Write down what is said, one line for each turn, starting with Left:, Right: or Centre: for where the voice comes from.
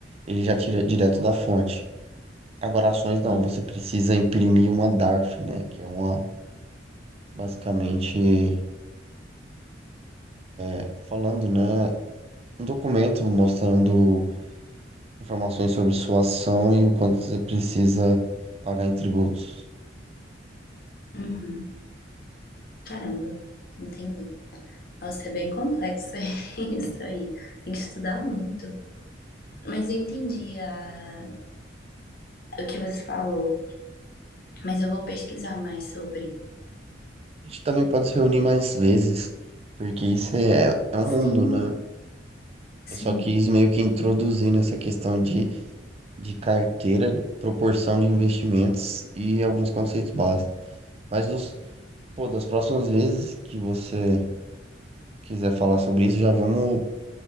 Right: ele já tira direto da fonte. Agora, ações não,
Left: Sim.
Right: você precisa imprimir uma DARF, né, que é uma, basicamente, é, falando, né, um documento mostrando informações sobre sua ação e o quanto você precisa pagar em tributos.
Left: Uhum. Caramba, entendi. Nossa, é bem complexo <laughs> isso aí. Tem que estudar muito. Mas eu entendi a- o que você falou. Mas eu vou pesquisar mais sobre.
Right: A gente também pode se reunir mais vezes, porque isso é, é um mundo,
Left: Sim,
Right: né?
Left: sim.
Right: Eu só quis meio que introduzir nessa questão de, de carteira, de proporção de investimentos e alguns conceitos básicos. Mas nos, pô, das próximas vezes que você quiser falar sobre isso, já vamos